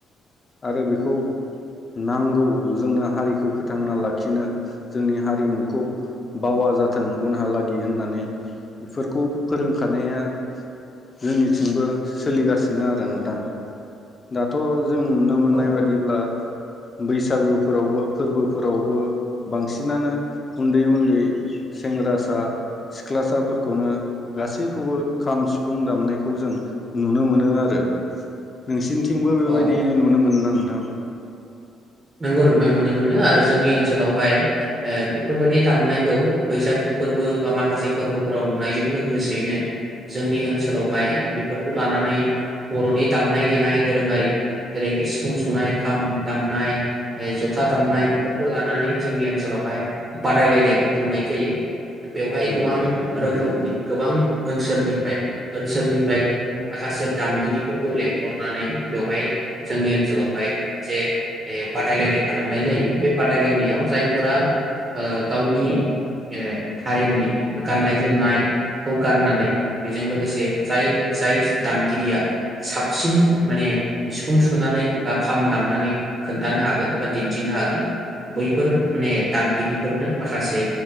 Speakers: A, on the left (about 35°); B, on the right (about 40°).
A: आरो बेखौ नांगौ जोंनो हारिखौ फोथांना लाखिनो जोंनि हारिमुखौ बावा जाथों उनहालागि होननानै बेफोरखौ फोरोंखानाया जोंनि थिंबो सोलिगासिनो आरो नोंथां। दाथ' जों नुनो मोननाय
B: औ
A: बादिब्ला बैसागोफोरावबो फोरबोफोरावबो बांसिनानो उन्दै उन्दै सेंग्रासा सिख्लासाफोरखौनो गासैखौबो खाम, सिफुं दामनाय खौ जों नुनो मोनो। आरो नोंसिनिथिंबो बेबायदि
B: औ
A: नुनो मोनोना नोंथां?
B: नोंगौ नोंथां नुनो मोनो आरो जोंनि ओनसोलावहाय ओ बेफोरबायदि दामनायखौ बैसागु फोरबो बा माखासे फोरबोफोराव नुनायजों लोगोसेयैनो जोंनि ओनसोलावहाय बेफोरखौ लानानै बर'नि दामनाय देनाय दोरोङारि जेरैखि सिफुं सुनाय, खाम दामनाय जथा दामनाय बेफोरखौ लानानै जोंनि ओनसोलावहाय बादायलायनायबो खुंनाय जायो। बेवहाय
A: नंगौ
B: गोबां
A: नोंथां थारैनो
B: रोखोमनि गोबां ओनसोलनिफ्राय ओनसोलनिफ्राय माखासे दामगिरिफोरखौ लेंंहरनानै बेवहाय जोंनि ओनसोलावहाय मोनसे बादायलायनाय खालामनाय जायो। बे बादायलायनायाव जायफोरा ओ गावनि ओ हारिमुनि गाननाय जोमनायखौ गाननानै बेजों लोगोसे जाय जाय दामगिरिया साबसिन माने सिफुं सुनानै बा खाम दामनानै खोन्थानो हागोन बा दिन्थिनो हागोन बैफोर माने दामगिरिफोरनो माखासे